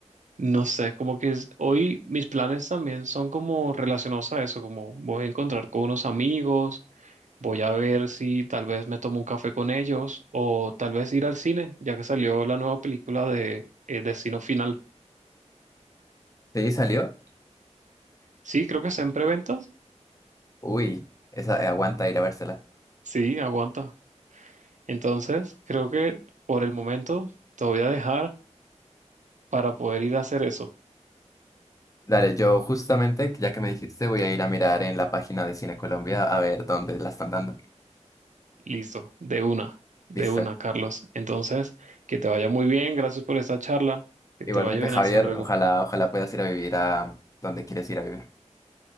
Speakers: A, on the right (about 85°); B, on the left (about 30°).
A: no sé, como que es- hoy mis planes también son como relacionados a eso, como voy a encontrar con unos amigos, voy a ver si tal vez me tomo un café con ellos o tal vez ir al cine, ya que salió la nueva película de eh, Destino Final.
B: ¿Sí salió?
A: Sí, creo que está en preventas.
B: Uy, esa, eh, aguanta ir a vérsela.
A: Sí, aguanta. Entonces, creo que por el momento te voy a dejar para poder ir a hacer eso.
B: Dale, yo justamente, ya que me dijiste, voy a ir a mirar en la página de Cine Colombia a ver dónde la están dando.
A: Listo, de una, de
B: Listo.
A: una, Carlos. Entonces, que te vaya muy bien, gracias por esta charla, que
B: Igualmente,
A: te vaya bien,
B: Javier,
A: hasta luego.
B: ojalá, ojalá puedas ir a vivir a donde quieres ir a vivir.